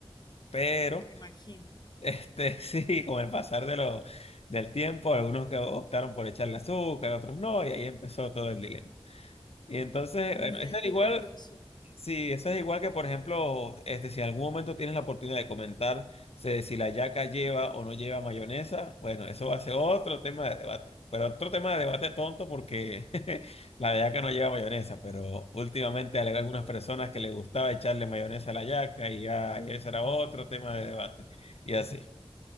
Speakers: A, on the left; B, on the left.
A: Pero,
B: me imagino.
A: este, <laughs> sí, con el pasar de lo, del tiempo, algunos que optaron por echarle azúcar, otros no, y ahí empezó todo el lío. Y entonces,
B: Mira
A: bueno, eso
B: qué
A: igual
B: curioso.
A: Sí, eso es igual que, por ejemplo, este, si en algún momento tienes la oportunidad de comentar se- si la yaca lleva o no lleva mayonesa, bueno, eso va a ser otro tema de debate. Pero otro tema de debate tonto porque <laughs> la yaca no lleva mayonesa, pero últimamente hay algunas personas que le gustaba echarle mayonesa a la yaca y ya, y ese era otro tema de debate. Y así.